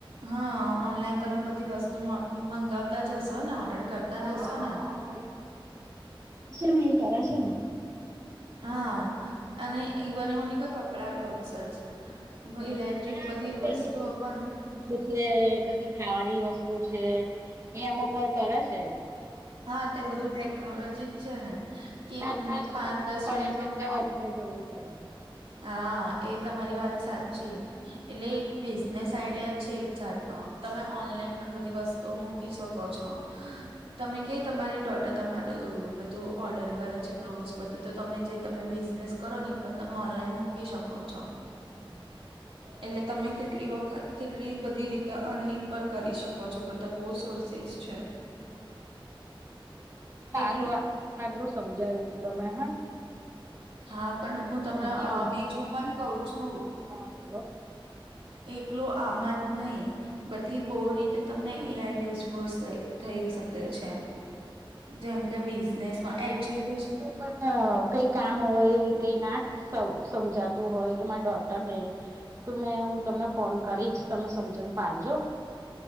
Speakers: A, on the right (about 85°); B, on the right (about 35°).
A: હઅ ઓનલાઈન તમે બધી વસ્તુ મં-મંગાવતા જશો ને ઓર્ડર કરતા
B: હા
A: જ હશો ને
B: હા મારી શું એ કરે શે ને
A: હા અને ઇવન એવું ની કે કપડા ક્લોથસ જ ઇલેક્ટ્રિક
B: હા
A: બધી
B: <unintelligible>
A: વસ્તુઓ પણ
B: છે કછી ખાવાની વસ્તુ છે એ અમુક વાર કર છે.
A: હા તે બધું ટેકનોલોજી જ છે ને કે એક
B: અતાર
A: મિનિટ
B: તો
A: પાંચ
B: વરસાદ
A: દસ
B: પડે
A: મિનિટમાં
B: છે એટલે વધારે જોવી પડે
A: હા એ તમારી વાત સાચી એટલે એક બિઝનેસ આઈડિયા જ છે એક જાતનો તમે ઓનલાઈન પણ બધી વસ્તુઓ મૂકી શકો છો. તમે કે તમારી ડોટર તમારું બધું ઓર્ડર કરે છે ક્લોથ્સ બધું તો તમે જે તમે બિઝનેસ કરો ને એ બધ તમે ઓનલાઈન મૂકી શકો છો.
B: હમ્મ.
A: એટલે તમે કેટલી વખત કેટલી બધી રીતે અર્નિંગ પર કરી શકો છો બધા બહુ સોર્સીસ છે.
B: સારું
A: એકલું
B: આ આટલું સમજાયું તું તમે હ
A: હા પણ હું તમને
B: યુ
A: અ બીજું પણ કઉ છું.
B: હા બોલો
A: એકલો આમાં જ નહી બધી બહુ રીતે તમને એ આ યુઝફુલ સઈ થઈ શકે છે. જેમ કે બિઝનેસમાં એજ્યુકેશ
B: આપન કઈ કામ હોય કઈ નાખ સવ સમજાતું હોય કે મારા ડોટર ને તો મેં હું તમને ફોન કરીશ તમે સમજણ પાડજો